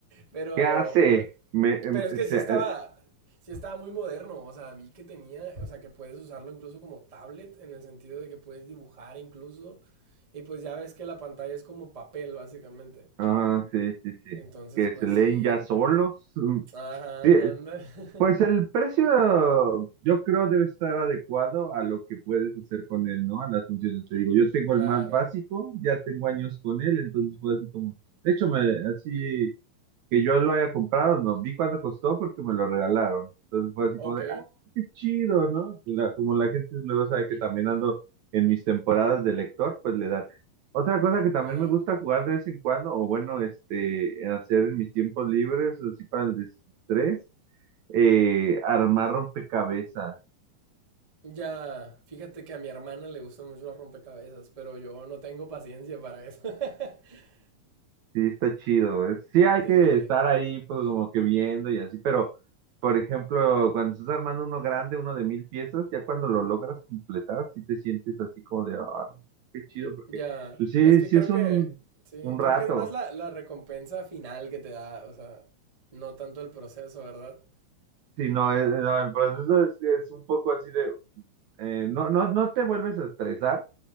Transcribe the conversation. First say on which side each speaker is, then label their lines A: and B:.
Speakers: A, on the right (about 40°); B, on the right (about 70°).
A: pero,
B: ¿Qué hace?
A: pe-
B: Me, em,
A: pero es que
B: se-
A: sí estaba,
B: eh,
A: sí estaba muy moderno. O sea, vi que tenía, o sea, que puedes usarlo incluso como tablet, en el sentido de que puedes dibujar incluso. Y pues ya ves que la pantalla es como papel, básicamente.
B: ah, sí, sí, sí,
A: Entonces,
B: que
A: pues
B: se leen
A: sí,
B: ya solos. Mm,
A: ajá,
B: Sí,
A: anda, <laughs>
B: pues el precio yo creo debe estar adecuado a lo que puedes hacer con él, ¿no? A las funciones. Te digo, yo tengo
A: claro.
B: el más básico, ya tengo años con él, entonces fue así como, de hecho, me, así que yo lo haya comprado, no vi cuánto costó porque me lo regalaron. Entonces fue así
A: Ok,
B: como de, ah, qué chido, ¿no? Y la- como la gente luego sabe que también ando en mis temporadas de lector, pues le dan. Otra cosa que también
A: ya.
B: me gusta jugar de vez en cuando, o bueno, este, hacer en mis tiempos libres, así para el desestrés, eh, armar rompecabezas.
A: Ya, fíjate que a mi hermana le gustan mucho los rompecabezas, pero yo no tengo paciencia para eso. <laughs>
B: Sí, está chido. Es- Sí hay
A: Sí,
B: que estar ahí, pues como que viendo y así, pero por ejemplo, cuando estás armando uno grande, uno de mil piezas, ya cuando lo logras completar, sí te sientes así como de, ah, no, qué chido, porque
A: ya.
B: pues sí,
A: Es que
B: sí
A: creo
B: es
A: que,
B: un,
A: sí,
B: un rato.
A: creo que es más la, la recompensa final que te da, o sea, no tanto el proceso, ¿verdad?
B: Sí, no, es- no, el proceso es, es un poco así de, eh, no, no, no te vuelves a estresar,